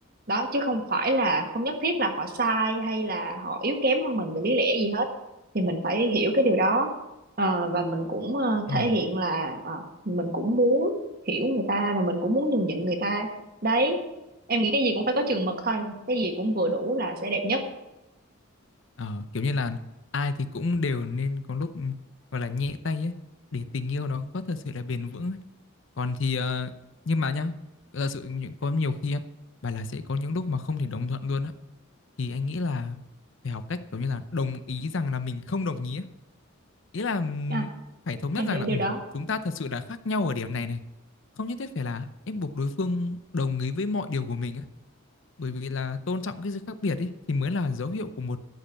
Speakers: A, on the right; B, on the left.
A: đó chứ không phải là không nhất thiết là họ sai hay là họ yếu kém hơn mình về lý lẽ gì hết thì mình phải hiểu cái điều đó Ờ, và mình cũng ờ,
B: ừ
A: thể hiện là ờ, mình cũng muốn hiểu người ta và mình cũng muốn nhường nhịn người ta đấy em nghĩ cái gì cũng phải có chừng mực thôi cái gì cũng vừa đủ là sẽ đẹp nhất
B: Ờ, kiểu như là ai thì cũng đều nên có lúc ừ, gọi là nhẹ tay ấy để tình yêu nó có thật sự là bền vững ấy. Còn thì ờ, nhưng mà nhá thật sự những có nhiều khi á bà là sẽ có những lúc mà không thể đồng thuận luôn á thì anh nghĩ là phải học cách kiểu như là đồng ý rằng là mình không đồng ý ấy. Ý là ừm,
A: à,
B: phải thống nhất
A: em
B: rằng
A: hiểu
B: là
A: điều
B: ừm,
A: đó
B: chúng ta thật sự là khác nhau ở điểm này này không nhất thiết phải là ép buộc đối phương đồng ý với mọi điều của mình á bởi vì là tôn trọng cái sự khác biệt ấy thì mới là dấu hiệu của một